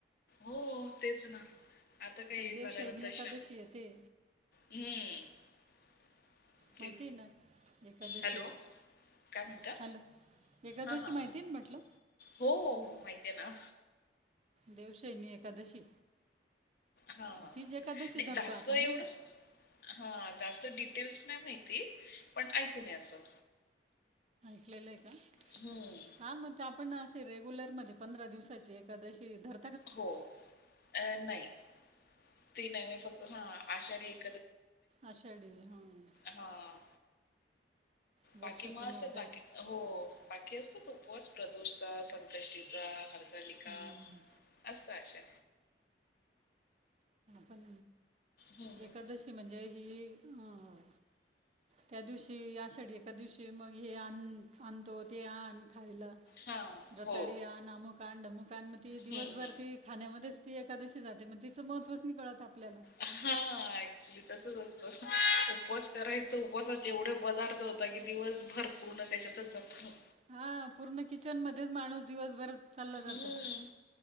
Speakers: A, on the left (about 55°); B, on the right (about 35°).
A: हो तेच ना. आता काय हे
B: देवशाहीने
A: झाले नंतर
B: एकादशी
A: शा
B: येते
A: हम्म. <inaudible>
B: माहिती आहे ना एकादशी
A: हॅलो. काय म्हणता
B: हॅलो एकादशी
A: हा, हा,
B: माहिती आहे ना म्हटलं
A: हो, हो. हो माहिती आहे ना.
B: देवशैनी एकादशी.
A: हां, हां.
B: तीच एकादशी
A: नाही
B: धरतो
A: जास्त
B: आपण
A: एवढं
B: नाही का.
A: हां, जास्त डिटेल्स नाही माहिती, पण ऐकून आहे असं.
B: <unintelligible> हा
A: हं.
B: आपण रेगुलर मध्ये पंधरा दिवसाची एकादशी धर
A: हो, अ नाही ती नाही मी फक्त हा आषाढी एका
B: आषाढी हां
A: हां,
B: वर्षातून
A: बाकी म असतात
B: एकदा
A: बाकी हो बाकी असतात. उपवास प्रदोषचा, संकष्टीचा, हरतालिका.
B: हम्म,
A: असतय अशा.
B: पण
A: हं, हं.
B: एकादशी म्हणजे हि अं. त्या दिवशी आषाढी एकादशी दिवशी मग हे आणतो ते आण खायलां
A: हां.
B: रताळी
A: हो.
B: आणा अमुक आण डमूक आणं मगं ती दिवसभर
A: हं, हं.
B: ती खाण्यामध्येच. ती एकादशी जाते, मग तिचं महत्वच नाही कळतं आपल्याला.
A: हा ऍक्च्युली तसचं असतं उपवास. करायचं उपवासाचे एवढे पदार्थ होतात की दिवसभर पूर्ण त्याच्यातच जातो
B: हा पूर्ण किचन मध्येच माणूस दिवसभर चालला जातो.
A: हम्म